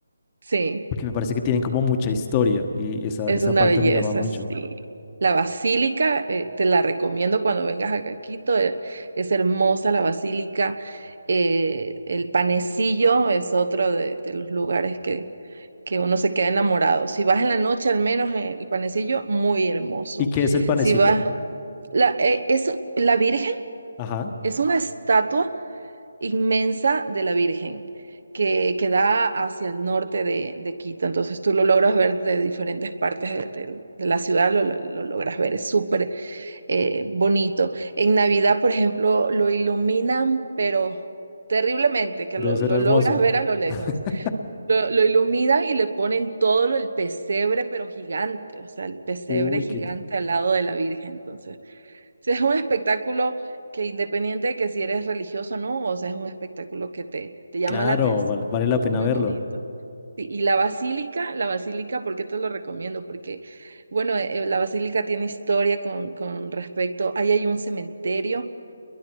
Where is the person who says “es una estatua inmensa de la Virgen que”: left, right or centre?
Right